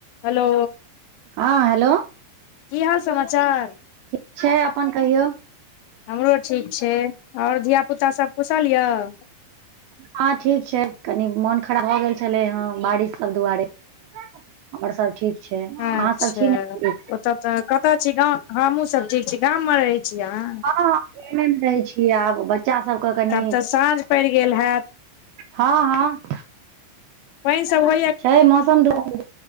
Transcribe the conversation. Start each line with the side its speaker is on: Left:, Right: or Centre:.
Left: Hello.
Right: हँ hello.
Left: की हाल समाचार।
Right: ठीक छै अपन कहियौ।
Left: हमरो ठीक छै, आओर धिय पुता सब कुशल यए
Right: हँ ठीक छै कनी मोन खराब भऽ गेल छलै हे बारिश सब दुआरे आओर सब ठीक छै,
Left: अच्छा
Right: अहाँसभ छी ने ठीक
Left: ओतऽ तऽ कतऽ छी गाँव हमहुँ सब ठीक छी गामव मे रहै छी अहाँ
Right: हँ हँ एमे रहै छीयै आब बच्चा सभ के कनि
Left: तब तऽ साँझ पड़ि गेल हैत
Right: हँ हँ।
Left: वही सब व
Right: छै मौसम दुआरे